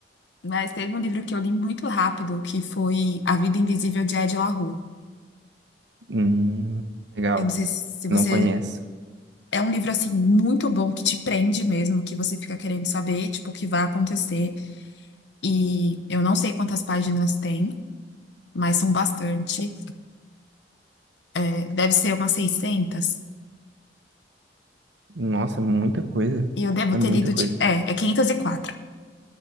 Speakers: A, on the left; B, on the right.
A: Mas teve um livro que eu li muito rápido, que foi A Vida Invisível de Ed La Rue.
B: Hum, legal.
A: Eu não sei se você
B: Não conheço.
A: É um livro, assim, muito bom, que te prende mesmo, que você fica querendo saber, tipo, o que vai acontecer. E eu não sei quantas páginas tem, mas são bastante. É, Deve ser umas 600.
B: Nossa, é muita coisa.
A: E eu devo
B: É muita
A: ter lido,
B: coisa.
A: de... é, é 504. E quatro.